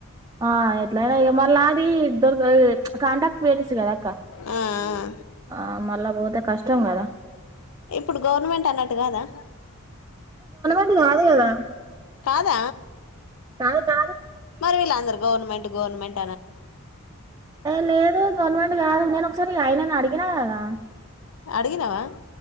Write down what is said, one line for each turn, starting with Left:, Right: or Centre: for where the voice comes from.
Right: ఆ ఎట్లయిన ఏ మళ్ళ అది దొరకదు ఇచ్ కంటాక్ట్ పెటిస్ చు కదక్క
Left: ఆ ఆ
Right: ఆ మళ్ళ పోతే కష్టం కదా
Left: ఇప్పుడు గవర్నమెంట్ అన్నట్టు కాదా
Right: ఉమ్ కాదు కదా
Left: కదా
Right: కాదు కాదు
Left: మరి వీళ్లందరు గవర్మెంట్ గవర్మెంట్
Right: ఏ లేదు గవర్నమెంట్ కాదు నేను ఒకసారి ఆయనని అడిగినా కదా
Left: అడగినావా